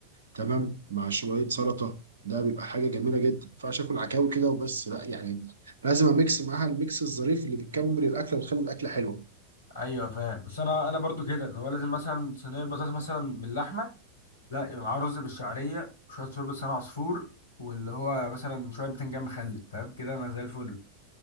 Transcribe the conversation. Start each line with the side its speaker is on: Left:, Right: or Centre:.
Right: تمام مع شويه سلطه ده بيبقى حاجه جميله جدا ما ينفعش اكل عكاوي كده وبس لا يعني لازم اميكس معاها الميكس الظريف اللي بيكمل الاكله وتخلي الاكله حلوه
Left: ايوه فاهم بس انا انا برضو كده اللي هو لازم مثلا صينيه بطاطس مثلا باللحمه لا يبقى معاه رز بالشعريه وشويه شوربه لسان عصفور واللي هو مثلا شويه بتنجان مخلل فاهم كده انا زي الفل